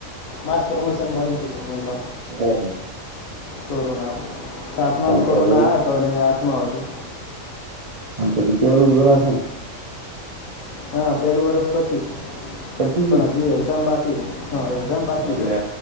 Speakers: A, on the left; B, on the right.
A: માસ પ્રમોશન મળી ગયું તું તને તો
B: હ, હ
A: કોરોના સાતમાંમ
B: તો
A: કોરોના
B: હવે એક
A: આવયો હતો અને આઠમાં હતુ.
B: અને તોી પેલું જ બરા હશે ને
A: હા પેલું વરષ પચી
B: પતી
A: પણ
B: ગયું
A: હજી એક્ઝામ બાકી એક્ઝામ બાકી
B: એટલે
A: રહે